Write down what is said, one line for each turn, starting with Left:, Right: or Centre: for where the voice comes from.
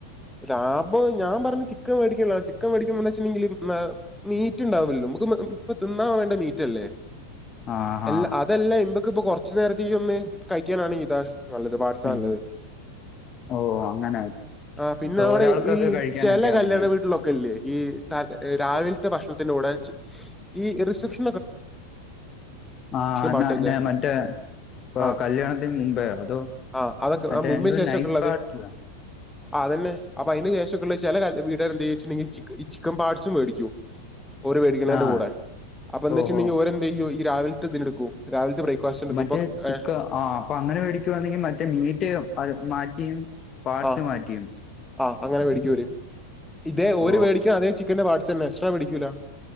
Centre: ലാഭം ഞാൻ പറഞ് ചിക്കൻ വേടിക്കല്ലോ ചിക്കൻ വേടിക്കുമ്പോ വെച്ചിട്ടുണ്ടെങ്കില്. മീറ്റ് ഉണ്ടാവില്ലല്ലോ നമുക്ക് ഇപ്പ തിന്നാൻ വേണ്ട മീറ്റല്ലേ
Left: ആ
Centre: എല്ല
Left: ആ
Centre: അ ഇതല്ല ഇപക്ക് ഇപ്പൊ കൊറച്ചു നേരത്തേക്ക് ഒന്ന് കഴിക്കാനാണ് ഇത നല്ലത് പാട്സാ
Left: ഉം
Centre: നല്ലത്.
Left: ഓ അങ്ങനെ
Centre: ആ പിന്നെ
Left: ഇപ്പൊ
Centre: അവിടെ
Left: ഒരാൾക്കൊക്കെ
Centre: ഈ
Left: കഴിക്കാനൊക്കെ
Centre: ചില കല്യാണ
Left: ആണെങ്കിൽ
Centre: വീട്ടിലൊ കെയില്ലേ ഈ രാവിൽത്തെ ഭക്ഷണത്തി ഈ റിസപ്‌ഷൻ
Left: ആഹ എന്ന
Centre: പാട്ടൊക്കെ
Left: എന്നെ മറ്റേ.
Centre: ആ
Left: കല്യാണത്തിന് മുമ്പേ അതോ
Centre: ആ അതൊക്കെ
Left: അതേ
Centre: ആ മുമ്പിന്
Left: എന്ത
Centre: ശേഷമൊക്കെ
Left: നൈറ്റ്
Centre: ഉള്ളത്
Left: പാർട്ടിലോ.
Centre: അതന്നെ അപ്പ അയ്ന്റെ ശേഷം ഒക്കുള്ള ചിലക വിട്ടിൽ ഇ എന്താ ച്ണ്ടെങ്ങി ചിക്കൻഈ ചിക്കെൻ പാർട്സും മേടിക്കും ഓര് മേടിക്കണേന്റെ
Left: ആ ആ
Centre: കൂടെ. അപ്പ എന്ന്
Left: ഓഹോ
Centre: വെച്ചട്ടുണ്ടെങ്ങി ഓരെന്ത്യ്യും ഈ രാവിൽത്തെ ഇതിനെടുക്കും രാവിൽതെ ബ്രേക്ഫാസ്റ്റ്ന്ന് ഇട്ക്കും
Left: മറ്റേ
Centre: പോ
Left: ചിക്ക
Centre: ഏ.
Left: ആ അപ്പൊ അങ്ങനെ മേടിക്കുവാണെങ്കിൽ മറ്റേ മീറ്റ് മാറ്റിയും. പാർട്സ്
Centre: ആഹ്
Left: മാറ്റിയും
Centre: ആഹ് അങ്ങനെ മേടിക്കര് ഇതേ ഒരു
Left: ഓ
Centre: മേടിക്കും അതേ ച് ചിക്ക്ന്റെ പാട്സന്നേ എക്സ്ട്രാപിടിക്കൂല